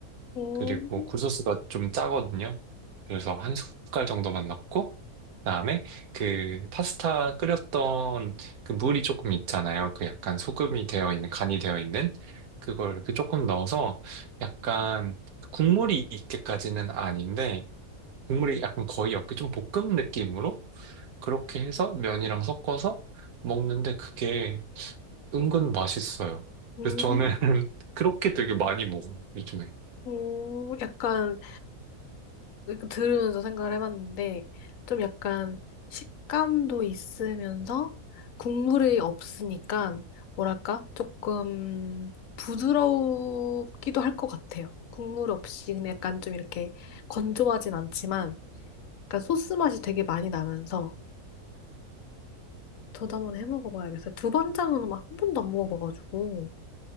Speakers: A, on the left; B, on the right.
A: 음.
B: 그리고 굴소스가 좀 짜거든요. 그래서 한 숟갈 정도만 넣고, 그다음에 그 파스타 끓였던 그 물이 조금 있잖아요. 그 약간 소금이 되어 있는, 간이 되어 있는 그걸 그 조금 넣어서 약간 국물이 있게까지는 아닌데, 국물이 약간 거의 없게 좀 볶음 느낌으로 그렇게 해서 면이랑 섞어서 먹는데 그게 은근 맛있어요.
A: 음,
B: 그래서 저는 <laughs> 그렇게 되게 많이 먹어요, 요즘에.
A: 오, 약간 들으면서 생각을 해봤는데, 좀 약간 식감도 있으면서 국물이 없으니까, 뭐랄까, 조금 부드럽기도 할 것 같아요. 국물 없이, 근데 약간 좀 이렇게 건조하진 않지만, 약간 소스 맛이 되게 많이 나면서, 저도 한번 해 먹어봐야겠어요. 두반장은 막 한 번도 안 먹어봐가지고,